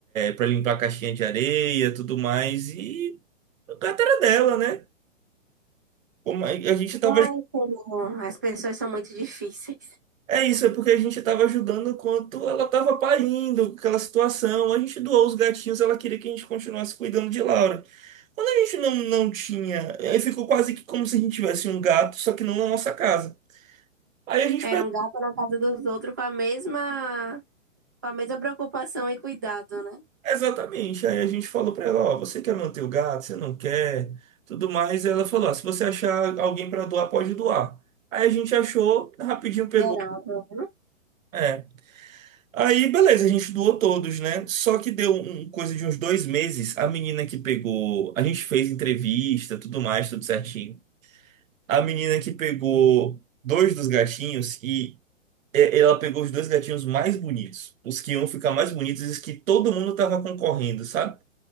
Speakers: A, on the right; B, on the right.
A: para limpar a caixinha de areia, tudo mais. E a carteira dela, né? Como a a gente tava.
B: Ai, Senhor, as pessoas são muito difíceis.
A: É isso, é porque a gente tava ajudando enquanto ela tava parindo, aquela situação. A gente doou os gatinhos, ela queria que a gente continuasse cuidando de Laura. Quando a gente não, não tinha, aí ficou quase que como se a gente tivesse um gato, só que não na nossa casa. Aí a gente
B: Era um gato na casa dos outros com a mesma, com a mesma preocupação e cuidado, né?
A: Exatamente. Aí a gente falou pra ela, ó, você quer manter o gato, você não quer, tudo mais. Ela falou, ó, se você achar alguém pra doar, pode doar. Aí a gente achou, rapidinho pegou.
B: Miserável.
A: É. Aí, beleza, a gente doou todos, né? Só que deu um, um coisa de uns dois meses, a menina que pegou, a gente fez entrevista, tudo mais, tudo certinho. A menina que pegou dois dos gatinhos e é, ela pegou os dois gatinhos mais bonitos, os que iam ficar mais bonitos, e os que todo mundo tava concorrendo, sabe?